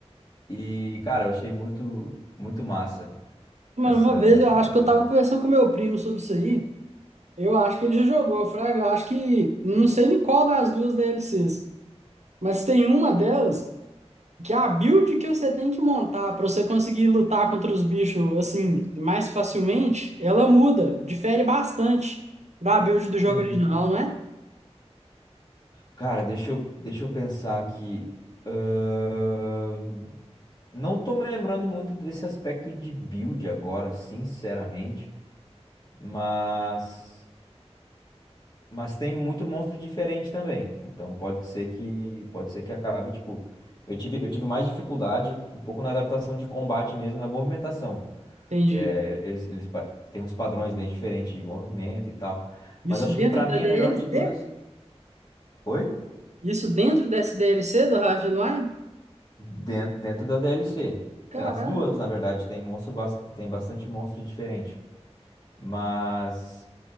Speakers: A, on the left; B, on the right.
A: E, cara, eu achei muito, muito massa
B: Mano,
A: essa,
B: uma vez eu acho
A: essa
B: que eu tava
A: aí.
B: conversando com meu primo sobre isso aí. Eu acho que ele já jogou, Fraga. Eu acho que. Não sei em qual das duas DLCs. Mas tem uma delas que é a build que você tem que montar pra você conseguir lutar contra os bichos assim mais facilmente, ela muda, difere bastante da build do jogo
A: Uhum.
B: original, não é?
A: Cara, deixa eu, deixa eu pensar aqui. Ahn, Não tô me lembrando muito desse aspecto de build agora, sinceramente, mas mas tem muito monstro diferente também. Então pode ser que pode ser que acabe, tipo, eu tive eu tive mais dificuldade um pouco na adaptação de combate mesmo, na movimentação,
B: Entendi.
A: que é eles, eles pa- têm uns padrões bem diferentes de movimento e tal.
B: Isso
A: Mas eu acho
B: dentro
A: que pra mim
B: da DLC?
A: a melhor de todas, oi?
B: Isso dentro dessa DLC do Hard and Wine?
A: Dentro, dentro da DLC.
B: Caralho.
A: As duas, na verdade, tem monstro, bas- tem bastante monstro diferente. Mas